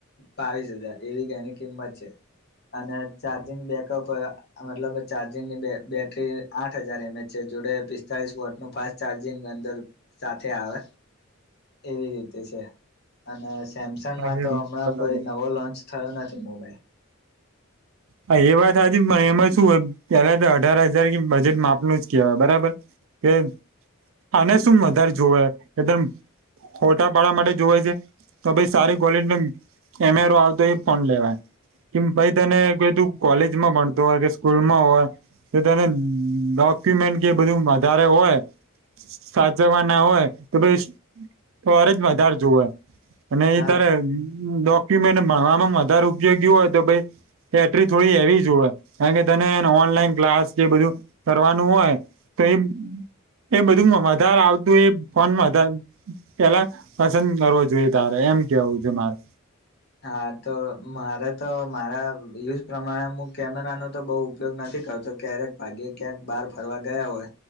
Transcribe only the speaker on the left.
બાવીસ હજાર, એવીક એની કિંમત છે, અને ચાર્જિંગ બેકઅપ, મતલબ ચાર્જિંગની બે બેટરી આઠ હજાર એમ એચ છે, જોડે પિસ્તાલીસ વોટનું ફાસ્ટ ચાર્જિંગ અંદર સાથે આવે. એવી રીતે છે. અને સ સેમસંગમાં
તો હમણાં
કોઈ નવો લોન્ચ થયો નથી મોબાઈલ.
હા
હા, તો મારે તો મારા યુઝ પ્રમાણે હું કેમેરાનો તો બહુ ઉપયોગ નથી કરતો, ક્યારેક ભાગ્યે ક્યાંક બહાર ફરવા ગયા હોય,